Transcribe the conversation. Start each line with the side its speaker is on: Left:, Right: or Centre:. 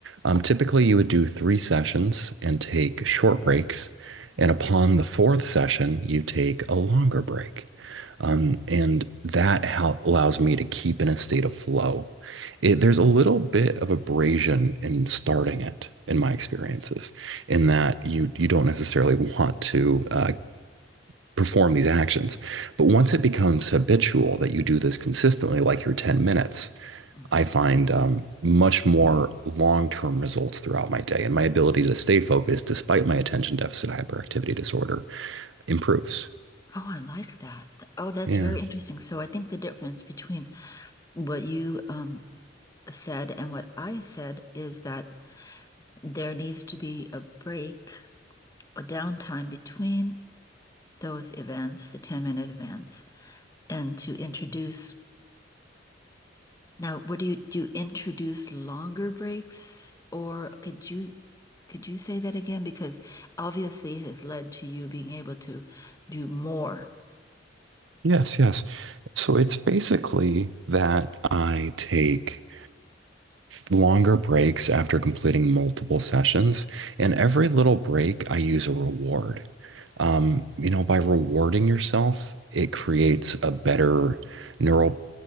Right: Um, typically, you would do three sessions and take short breaks. And upon the fourth session, you take a longer break. Um, and that hel- allows me to keep in a state of flow. It, there's a little bit of abrasion in starting it, in my experiences, in that you you don't necessarily <laughs> want to uh, perform these actions. But once it becomes habitual that you do this consistently, like your 10 minutes,
Left: Mm.
Right: I find um, much more long-term results throughout my day, and my ability to stay focused despite my attention deficit hyperactivity disorder improves.
Left: Oh, I like that. Oh, that's
Right: Yeah.
Left: very interesting. So I think the difference between what you um, said and what I said is that there needs to be a break, a downtime between those events, the 10 minute events, and to introduce. Now, what do you do? You introduce longer breaks, or could you could you say that again? Because obviously it has led to you being able to do more.
Right: Yes, yes. So it's basically that I take longer breaks after completing multiple sessions. And every little break, I use a reward. Um, you know, by rewarding yourself, it creates a better neural